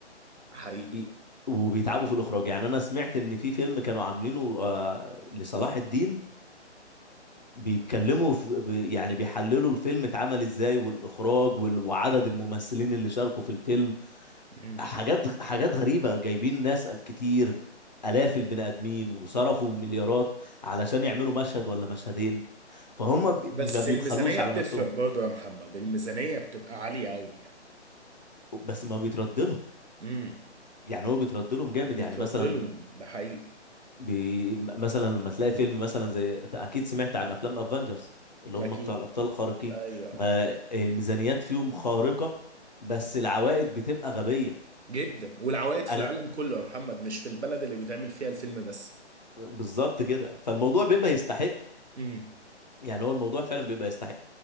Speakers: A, on the right; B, on the left.
A: حقيقي
B: ي- وبيتعبوا في الاخراج يعني انا سمعت ان في فيلم كانوا عاملينه آه، لصلاح الدين بيتكلموا في بي- يعني بيحللوا الفيلم اتعمل ازاي والاخراج وال- وعدد الممثلين اللي شاركوا في الفيلم
A: امم
B: حاجات غ- حاجات غريبة جايبين ناس كتير آلاف البني آدمين وصرفوا مليارات علشان يعملوا مشهد ولا مشهدين فهم ب-
A: بس
B: ما بيبخلوش
A: الميزانيه
B: على
A: بتفرق
B: نفسهم
A: برضه يا محمد الميزانيه بتبقى عاليه قوي يعني
B: بس ما بيترد لهم
A: امم
B: يعني هو بيترد لهم جامد
A: بيتوضلهم
B: يعني مثلا
A: ده حقيقي
B: بي... مثلا لما تلاقي فيلم مثلا زي اكيد سمعت عن افلام افنجرز اللي
A: اكيد
B: هم بتاع الابطال الخارقين
A: ايوه
B: ما
A: ايوه
B: الميزانيات فيهم خارقة بس العوائد بتبقى غبية
A: جدا والعوائد في
B: انا
A: العالم كله يا محمد مش في البلد اللي بيتعمل فيها الفيلم بس
B: بالظبط كده فالموضوع بيبقى يستحق
A: امم
B: يعني هو الموضوع فعلا بيبقى يستحق